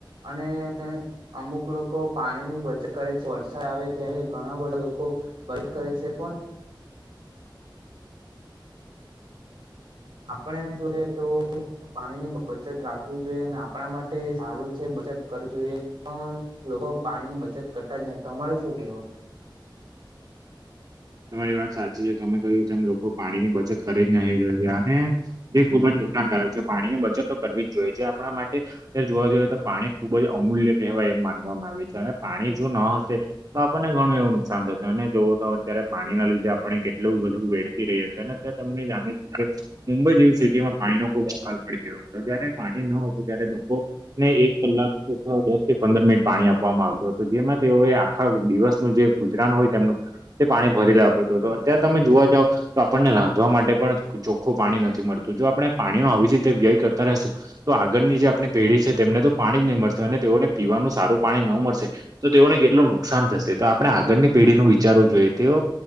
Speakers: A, on the right; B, on the right.
A: અને અમુક લોકો પાણી ની બચત કરે છે વરસાદ આવે ત્યારે ઘણા બધા લોકો વાત કરે છે પણ આપણે એમ જોયએ તો પાણી ની બચત રાખવી જોઈએ અને આપણા માટે સારું છે બચત કરવી જોઈએ. પણ લોકો પાણીની બચત કરતા જ તમારે શું કેવું?
B: તમારી વાત સાચી છે તમે કહ્યું કે એમ લોકો પાણીની બચત કરી જ નહી રહને. એ ખુબ જ નુકાન ધારક છે પાણી ની બચત કરવી જ જોઈએ જે આપણા માટે જોવા જઈએ તો પાણી ખુબ જ અમૂલ્ય કહેવાય એમ માનવામાં આવે છે અને પાણી જો ન હશે. તો આપણને ઘણું એવું નુકસાન થતુંને જોવું તો અત્યારે. પાણી ના લીધે આપણે કેટલું બધું વેડફી રહી છે ત્યાં તમને જાણીશું કે મુંબઈ જેવી સિટીમાં પાણીનો ખૂબ આકારશ પડી ગયો હતો જયારે પાણી ન હતું ત્યારે લોકો. ને એક કલાક અથવા દસ થી પંદર મિનિટ પાણી આપવામાં આવતું હત જેમાં તેઓએ આખા દિવસનું જે ગુજરાન હોય તેમનું તે પાણી ભરી લેવા પડતું હત અત્યારે તમે જોવા જાવ તો આપણને રાંધવા માટે પણ ચોખ્ખું પાણી નથી મળતું જો આપણે પાણી નો આવી જ રીતે વ્યય કરતા રશું. તો આગળની જે આપણી પેઢી છે તેમને તો પાણી જ નહી મળશે અને તેઓને પીવાનું સારું પાણી ન મળશે. તો તેઓને કેટલું નુકસાન થશે તો આપણે આગળની પેઢીનું વિચારવું જોઈએ. તેઓ